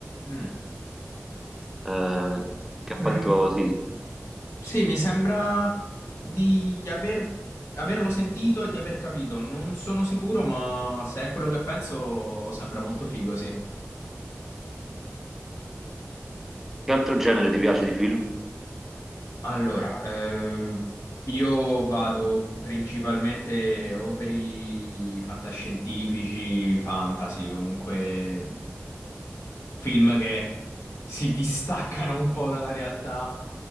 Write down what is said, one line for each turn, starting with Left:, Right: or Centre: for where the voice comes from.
Left: Mm.
Centre: eh, che ha
Left: Mm,
Centre: fatto, sì,
Left: Sì, mi sembra di aver- averlo sentito e di aver capito. Non sono sicuro, ma se è quello che penso, sembra molto figo, sì.
Centre: che altro genere ti piace di film?
Left: Allora, eh, io vado principalmente o per i fantascientifici, fantasy, comunque film che si distaccano un po' dalla realtà